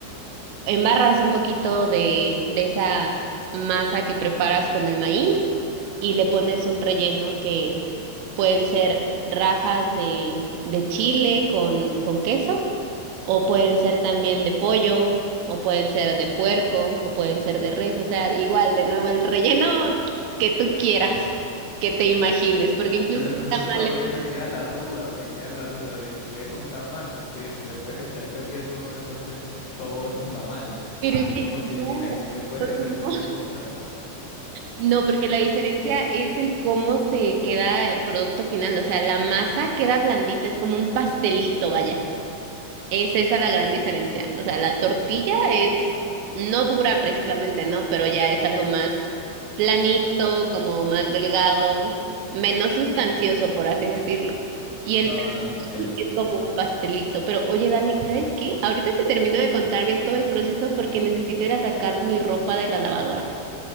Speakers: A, on the right (about 80°); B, on the left (about 75°).
A: Embarras un poquito de, de esa masa que preparas con el maíz y le pones un relleno que pueden ser rajas de, de chile con, con queso o pueden ser también de pollo o pueden ser de puerco o pueden ser de res, o sea, igual, de nuevo, el relleno que tú quieras, que te imagines, porque incluso...
B: Pero entonces
A: tamales
B: todavía me queda la duda, me queda la duda de qué es un tamal, porque si le puedes echar cualquier cosa, entonces todo es un tamal.
A: Pero
B: Así
A: es que
B: como si
A: no,
B: el chilaquil
A: no,
B: le puedes echar
A: no, no,
B: cualquier
A: <laughs>
B: cosa.
A: No, porque la diferencia es el cómo se queda el producto final, o sea, la masa queda blandita, es como un pastelito, vaya. Es esa la gran diferencia. O sea, la tortilla es no dura precisamente, ¿no? Pero ya es algo más planito, como más delgado, menos sustancioso, por así decirlo. Y
B: No,
A: el
B: no, te entiendo,
A: es
B: te entiendo.
A: como un pastelito. Pero oye, Dani, ¿sabes qué? Ahorita te termino de contar bien todo el proceso porque necesito ir a sacar mi ropa de la lavadora.